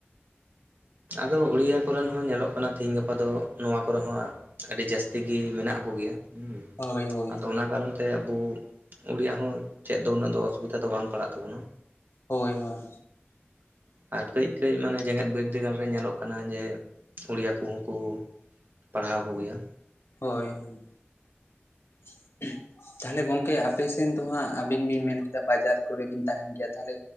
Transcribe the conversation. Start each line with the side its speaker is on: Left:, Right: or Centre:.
Right: ᱟᱫᱚ ᱩᱲᱤᱭᱟ ᱠᱚᱨᱮᱱ ᱦᱚᱸ ᱧᱮᱞᱚᱜ ᱠᱟᱱᱟ ᱛᱮᱦᱤᱧ ᱜᱟᱯᱟ ᱫᱚ ᱱᱚᱣᱟ ᱠᱚᱨᱮ ᱦᱚᱸ ᱟᱹᱰᱤ ᱡᱟᱹᱥᱛᱤ ᱜᱮ ᱢᱮᱱᱟᱜ ᱠᱚᱜᱮᱭᱟ ᱦᱮᱸ
Left: ᱦᱳᱭ ᱦᱳᱭ
Right: ᱟᱫᱚ ᱚᱱᱟ ᱠᱟᱨᱚᱱ ᱛᱮ ᱟᱵᱚ ᱩᱲᱤᱭᱟ ᱦᱚᱸ ᱪᱮᱫ ᱫᱚ ᱩᱱᱟᱹᱜ ᱫᱚ ᱚᱥᱩᱵᱤᱫᱷᱟ ᱫᱚ ᱵᱟᱝ ᱯᱟᱲᱟᱜ ᱛᱟᱵᱚᱱᱟ᱾
Left: ᱦᱳᱭ ᱦᱳᱭ
Right: ᱟᱨ ᱠᱟᱹᱡᱼᱠᱟᱹᱡ ᱢᱟᱱᱮ ᱡᱮᱜᱮᱛ ᱵᱤᱨᱫᱟᱹᱜᱟᱲ ᱨᱮ ᱧᱮᱞᱚᱜ ᱠᱟᱱᱟ ᱡᱮ ᱩᱲᱤᱭᱟ ᱠᱚ ᱩᱱᱠᱩ ᱯᱟᱲᱦᱟᱣ ᱠᱚᱜᱮᱭᱟ᱾
Left: ᱦᱳᱭ <unintelligible> ᱛᱟᱦᱚᱞᱮ ᱜᱚᱢᱠᱮ ᱟᱯᱮ ᱥᱮᱱ ᱫᱚ ᱦᱟᱸᱜ ᱟᱹᱵᱤᱱ ᱵᱤᱱ ᱢᱮᱱ ᱠᱮᱫᱟ ᱵᱟᱡᱟᱨ ᱠᱚᱨᱮ ᱵᱤᱱ ᱛᱟᱦᱮᱱ ᱜᱮᱭᱟ ᱛᱟᱦᱞᱮ᱾